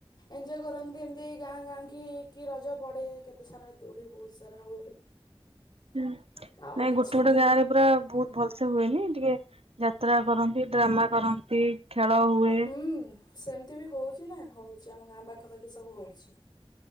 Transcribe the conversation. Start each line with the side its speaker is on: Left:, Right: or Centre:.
Left: ଏଞଜୟ କରନ୍ତିୁ ଏମିତି ଗାଁ ଗାଁ କି କି ରଜ ପଡେ କେତେ ସାରା ଦୋଳି ବହୁତ ସାରା ହୁଏ।
Right: ହୁଁ
Left: ଆଉ
Right: ନାଇଁ
Left: କିଛି
Right: ଗୋଟେ ଗୋଟେ
Left: ବି
Right: ଗାଁ ରେ ପୁରା ବହୁତ ଭଲସେ ହୁଏନି ଟିକେ ଯାତ୍ରା କରନ୍ତି ଡ୍ରାମା କରନ୍ତି ଖେଳ ହୁଏ।
Left: ହୁଁ ସେମିତି ବି ହଉଛି ନା ହଉଛି ଆମ ଗାଁ ପାଖାପାଖି ସବୁ ହଉଛି।